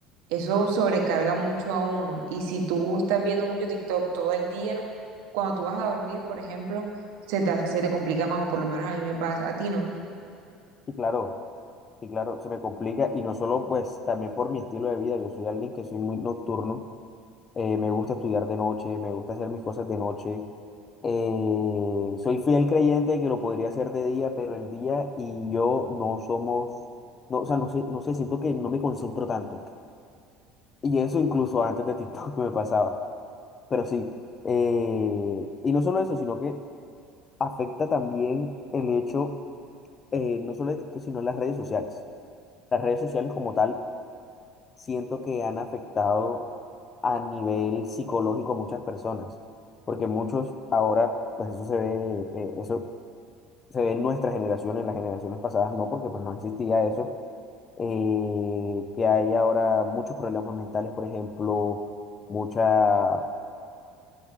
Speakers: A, on the right; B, on the left.
A: eso sobrecarga mucho a uno y si tú estás viendo mucho TikTok todo el día, cuando tú vas a dormir, por ejemplo, se te, hace- se te complica más o por lo menos a mí me pasa, a ti no.
B: Y claro, y claro, se me complica. Y no solo, pues, también por mi estilo de vida. Yo soy alguien que soy muy nocturno. eh, me gusta estudiar de noche, me gusta hacer mis cosas de noche. eh, soy fiel creyente de que lo podría hacer de día, pero el día y yo no somos, no, o sea, no sé, no sé, siento que no me concentro tanto. Y eso incluso antes de TikTok <laughs> me pasaba. Pero sí, eh, y no solo eso, sino que afecta también el hecho, eh, no solo de esto, sino las redes sociales. Las redes sociales como tal, siento que han afectado a nivel psicológico a muchas personas, porque muchos ahora, pues eso se ve, eh, eso se ve en nuestra generación, en las generaciones pasadas no, porque pues no existía eso, eh, que hay ahora muchos problemas mentales, por ejemplo, mucha